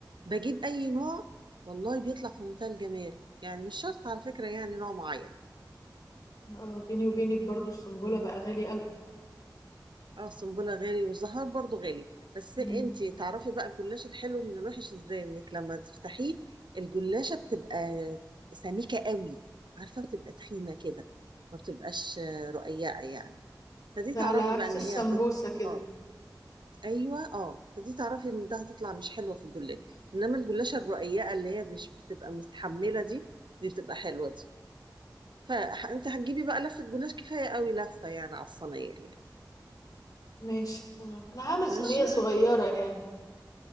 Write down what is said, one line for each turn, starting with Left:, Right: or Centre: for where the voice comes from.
Right: بجيب اي نوع والله بيطلع في منتهى الجمال يعني مش شرط على فكرة يعني نوع معين
Left: اه بيني وبينك برضو السنبله بقى غالي قوي
Right: اه السنبله غالي والزهر برضو غالي بس
Left: مم.
Right: انتي تعرفي بقى الجلاش الحلو من الوحش ازاي انك لما تفتحيه الجلاشه بتبقى سميكه قوي عارفه بتبقى تخينه كده ما بتبقاش آه، رقيقه يعني فدي
Left: ده
Right: تعرفي
Left: على عكس
Right: بقى ان
Left: السمبوسه
Right: هي هتط...
Left: كده
Right: اه ايوه اه فدي تعرفي ان ده هتطلع مش حلوه في الجلاش انما الجلاشه الرقيقه اللي هي مش بتبقى مستحمله دي دي بتبقى حلوه دي فانت هتجيبي بقى لفه جلاش كفايه قوي لفه يعني على الصينيه يعني
Left: ماشي تمام انا هعمل
Right: ماشي
Left: صينيه صغيره يعني